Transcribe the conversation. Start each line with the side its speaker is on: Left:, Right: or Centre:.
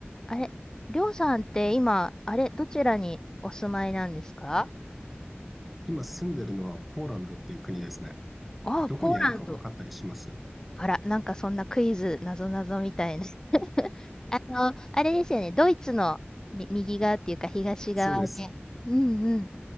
Left: あれ、りょうさんって今、あれ、どちらにお住まいなんですか
Centre: 今住んでるのはポーランドっていう国ですね。
Left: ああ、
Centre: どこにあるか分かったりします
Left: ポーランド。あら、なんかそんなクイズ、なぞなぞみたいな。<laughs> あの、あれですよね、ドイツのみ右側っていうか東側で。
Centre: そうです。
Left: うんうん。